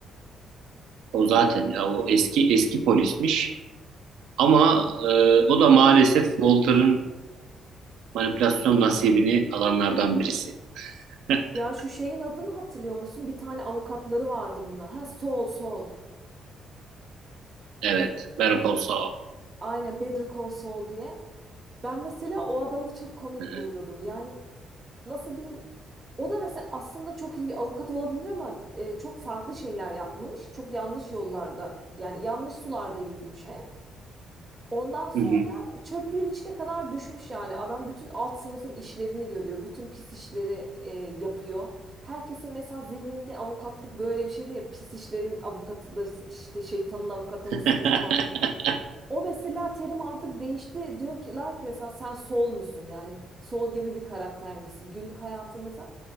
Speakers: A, on the right; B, on the right.
A: O zaten ya o eski eski polismiş. Ama e, o da maalesef Walter'ın manipülasyon nasibini alanlardan birisi. <laughs>
B: Ya şu şeyin adını hatırlıyor musun? Bir tane avukatları vardı bunlar. Ha Sol Sol.
A: Evet, Better Call Saul.
B: Aynen Better Call Saul diye. Ben mesela o adamı çok komik
A: Hı hı.
B: buluyordum. Yani nasıl diyeyim o da mesela aslında çok iyi bir avukat olabilir ama e, çok farklı şeyler yapmış. Çok yanlış yollarda yani yanlış sularda yüzmüş hep. Ondan sonra
A: Hı hı.
B: çöplüğün içine kadar düşmüş yani adam bütün alt sınıfın işlerini görüyor. Bütün pis işleri e, yapıyor. Herkesin mesela zihninde avukatlık böyle bir şeydi ya pis işlerin avukatıdır işte şeytanın avukatı mısın
A: <laughs>
B: falan. O mesela terim artık değişti. Diyorlar ki lar ki mesela sen sol musun? Yani sol gibi bir karakter misin? Günlük hayatımıza